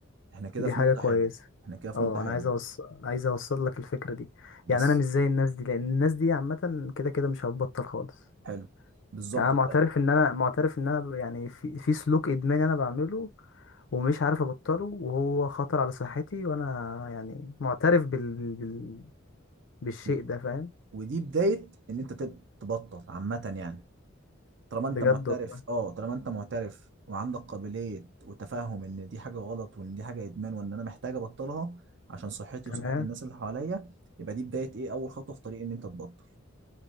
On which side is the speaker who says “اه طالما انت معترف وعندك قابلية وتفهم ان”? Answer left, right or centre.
Right